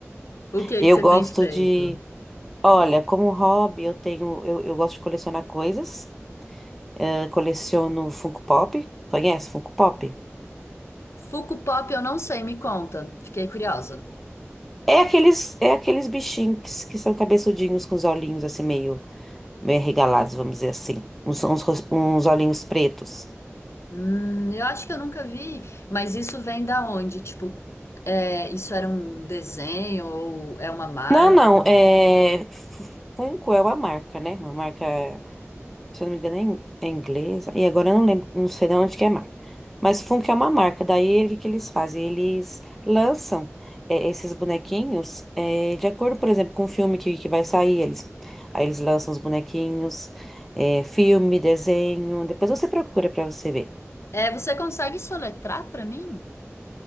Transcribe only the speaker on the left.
O que
que você
tem feito?
Funko Pop eu não sei, me conta. Fiquei curiosa.
Hum, eu acho que eu nunca vi, mas isso vem da onde? Tipo, é, isso era um desenho ou é uma marca?
É, você consegue soletrar pra mim?